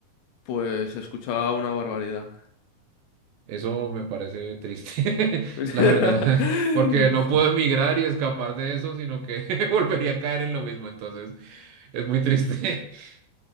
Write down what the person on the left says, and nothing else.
pues escuchaba una barbaridad.
<laughs>